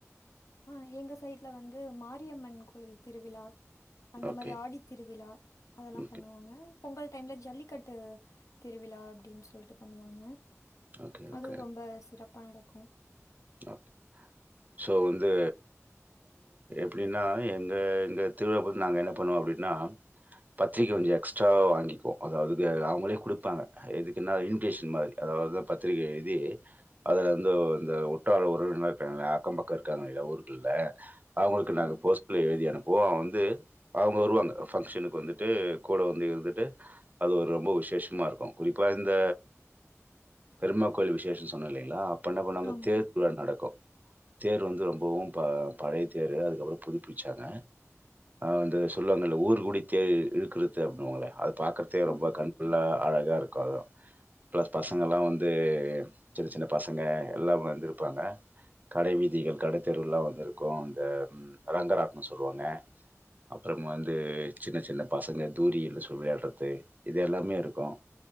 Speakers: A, on the left; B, on the right.
A: ஆஹ் எங்க சைட்ல வந்து மாரியம்மன் கோயில் திருவிழா அந்த
B: ஓகே
A: மாரி ஆடி திருவிழா அதெல்லாம்
B: ஓகே
A: பண்ணுவாங்க பொங்கல் டைம்ல ஜல்லிக்கட்டு திருவிழா அப்டின் சொல்ட்டு பண்ணுவாங்க
B: ஓகே ஓகே
A: அதுவு ரொம்ப சிறப்பா நடக்கும் க்கோம்
B: ஓகே சோ வந்து அப்படின்னா எங்க எங்க திருவிழாக்கு வந்து நாங்க என்ன பண்ணுவோம் அப்படின்னா பத்திரிக்கை கொஞ்ச எக்ஸ்ட்ராவா வாங்கிக்குவோம் அதாவது அவங்களே கொடுப்பாங்க எதுக்குன்னா இன்விடேஷன் மாதிரி அதாவது பத்திரிக்கை எழுதி அதுல வந்து அந்த உற்றார்கள் உறவினர் கிராங்கில்ல அக்கம் பக்கம் இருக்காங்க இல்ல ஊருக்குள்ள அவங்களுக்கு
A: ஆமா
B: நாங்க போஸ்டல எழுதி அனுப்பவோம் அவ வந்து அவங்க வருவாங்க ஃபங்ஷனுக்கு வந்துட்டு கூட வந்து இருந்துட்டு அது ஒரு ரொம்ப விசேஷமா இருக்கும் குறிப்பா இந்த பெருமா கோவில் விசேஷம் சொன்ன இல்லிங்களா பண்ண பண்ணாங்க
A: ஆமா
B: தேர்க்குல நடக்கும் தேர் வந்து ரொம்பவும் பழைய தேர் அதுக்கப்புறம் புதுப்பிச்சாங்க வந்து சொல்லுவாங்கள ஊரு கூடி தேர் இலுக்குறது அப்படின்வாங்களே அது பாக்கறதே ரொம்ப
A: ஆமா
B: கல்புல்லா அழகாக இருக்கு பிளஸ் பசங்க எல்லாம் வந்து சின்ன சின்ன பசங்க எல்லாமே வந்திருப்பாங்க கடை வீதிக கடை தெருவுலாம் வந்து இருக்கும் அந்த ரங்கராட்னம் சொல்லுவாங்க அப்புறம் வந்து சின்ன சின்ன பசங்க தூரியனு சொல்லி விளையாடுறது இது எல்லாமே இருக்கும்